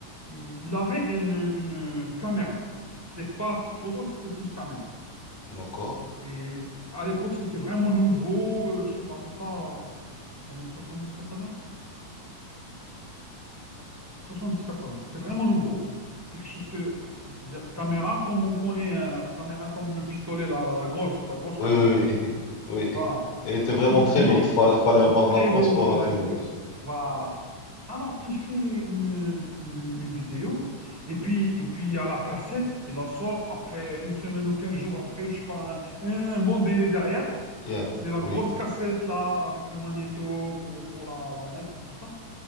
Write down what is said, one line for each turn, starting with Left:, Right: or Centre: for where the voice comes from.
Centre: Il, il avait une, une caméra. C'était pas photo, c'était plus caméra.
Left: d'accord.
Centre: Et à l'époque, c'était vraiment nouveau. Euh, Je te parle de ça euh, des années Soixante-dix quatre-vingts. soixante-dix quatre-vingts. C'était vraiment nouveau. Quelque chose que, c'est- c'est-à-dire caméra comme on connaît, hein, la caméra comme le pistolet, la, la, la grosse, la grosse caméra,
Left: Oui, oui,
Centre: quoi.
Left: oui. <laughs> Oui.
Centre: Voilà.
Left: Elle était vraiment
Centre: Donc
Left: très
Centre: lui,
Left: lourde. Fallait, fallait avoir
Centre: très
Left: de la force
Centre: lourde,
Left: pour
Centre: voilà,
Left: la tenir.
Centre: et tout ça. Voilà. Alors, il fait une, une- une- une vidéo, et puis, et puis il y a la cassette, il la sort après une semaine ou 15 jours après, je sais pas, un, un bon délai derrière.
Left: Yeah,
Centre: C'est la
Left: oui.
Centre: grosse cassette là, avec le magnéto pour, pour la, la mettre et tout ça.